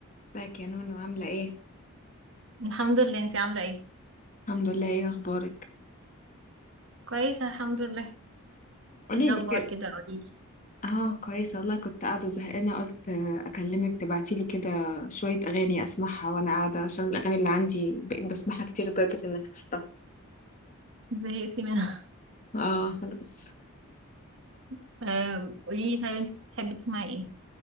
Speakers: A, on the left; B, on the right.
A: ازيك يا نونو عاملة ايه؟
B: الحمد لله انتي عاملة ايه؟
A: الحمد لله ايه اخبارك؟
B: كويسة الحمد لله
A: قولي
B: ايه الأخبار
A: لي كده
B: كده قوليلي
A: اه كويسة والله كنت قاعدة زهقانة قلت اكلمك تبعتي لي كده شوية اغاني اسمعها وانا قاعدة عشان الاغاني اللي عندي بقيت بسمعها كتير لدرجة انك حفظتها
B: زهقتي منها
A: اه انا بس
B: <laughs> آم، قوليلي طيب انتي بتحبي تسمعي ايه؟